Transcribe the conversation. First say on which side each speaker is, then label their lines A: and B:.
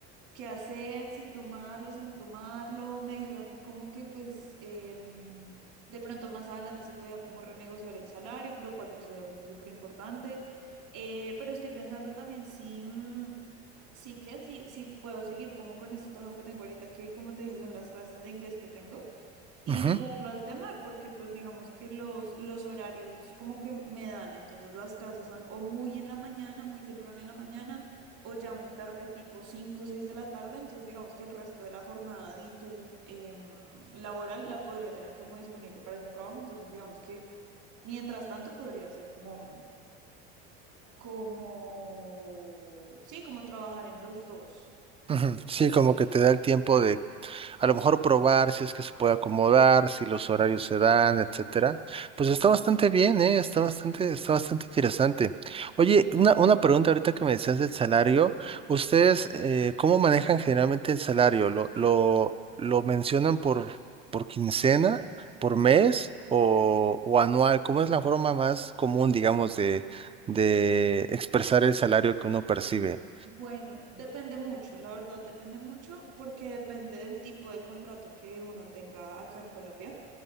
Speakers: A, on the right (about 60°); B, on the right (about 15°).
A: qué hacer, si tomarlo, si no tomarlo. Me dijeron como que pues em, de pronto más adelante se podía como renegociar el salario, lo cual pues obviamente es súper importante. Eh, pero estoy pensando también si, mm, sí que, si, si puedo seguir como con este trabajo que tengo ahorita, que como te dije son las clases de inglés que tengo y
B: ujú,
A: poderlo alternar, porque pues digamos que los, los horarios como que me dan, entonces las clases son o muy en la mañana, muy temprano en la mañana, o ya muy tarde, tipo 5 o 6 de la tarde, entonces digamos que el resto de la jornada de tu em, laboral la podría tener como disponible para ese trabajo, entonces digamos que mientras tanto podría ser como, como, sí, como trabajar en los dos.
B: ujú. Sí, como que te da el tiempo de a lo mejor probar si es que se puede acomodar, si los horarios se dan, etcétera.
A: Ujú.
B: Pues
A: Exacto.
B: está bastante bien, ¿eh? Está bastante, está bastante interesante. Oye, una, una pregunta ahorita que me decías del salario.
A: Dime.
B: ¿Ustedes eh, cómo manejan generalmente el salario? ¿Lo, lo, lo mencionan por, por quincena, por mes o, o anual? ¿Cómo es la forma más común, digamos, de, de expresar el salario que uno percibe?
A: Bueno, depende mucho, la verdad depende mucho porque depende del tipo de contrato que uno tenga acá en Colombia.